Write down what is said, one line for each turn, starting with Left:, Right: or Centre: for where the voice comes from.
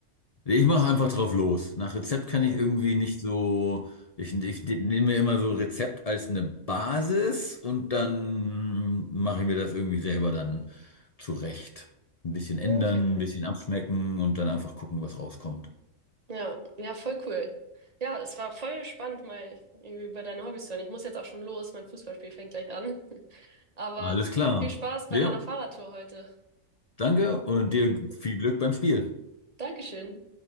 Left: Nee, Ich mache einfach drauf los. Nach Rezept kann
Right: Ja.
Left: ich irgendwie nicht so. Ich, ich nehme mir immer so Rezept als eine Basis und dann mache ich mir das irgendwie selber dann zurecht. Ein bisschen ändern,
Right: Ja, Okay.
Left: ein bisschen abschmecken und dann einfach gucken, was rauskommt.
Right: Ja, ja, voll cool. Ja, es war voll spannend, mal irgendwie über deine Hobbys zu hören. Ich muss jetzt auch schon los, mein Fußballspiel fängt gleich an. <laughs> Aber
Left: Alles klar.
Right: viel Spaß bei
Left: Ja,
Right: deiner Fahrradtour heute.
Left: danke und
Right: Ja,
Left: dir viel Glück beim Spiel.
Right: Dankeschön.